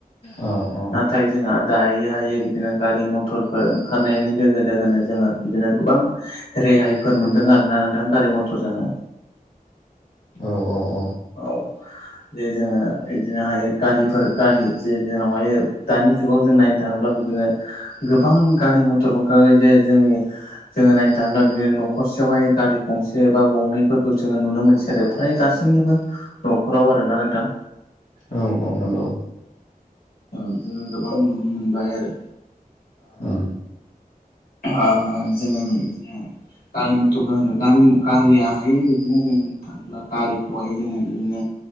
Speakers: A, on the left (about 65°); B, on the left (about 90°).
A: औ औ
B: नाथाय जोंहा दायो हायै बिदिनो गारि मथरफोर ओंखारनायनि लोगो लोगोनो जोंङो बिदिनो गोबां रेहायफोर मोन्दों आरोना नोंथां गारि मथरजोंनो
A: औ औ
B: औ जे जोङो बिदिनोहाय गारिफोर गारि जे जोंनावहायो दानि जुगाव जों नायनो थांङोब्ला बिदिनो गोबां गारि मथरबो ओंखारबाय जे जोंङो जोङो नायनो थांङोब्ला बिदिनो नख'र सेयावहाय गारि गंसे बा गंनैफोरखौ जोंङो नुनो मोनसै आरो फ्राय गासैनिबो न'खराव आरोना नोंथां
A: औ औ नांगौ
B: ओ बिदिनो गोबां नुनो मोनबाय आरो
A: उम
B: ओ जों बिदिनो गारि मथरखौ होनो गारि गारियाहाय बिदिनो जों होननो थांङोब्ला गारिखौहाय जोंङो बिदिनो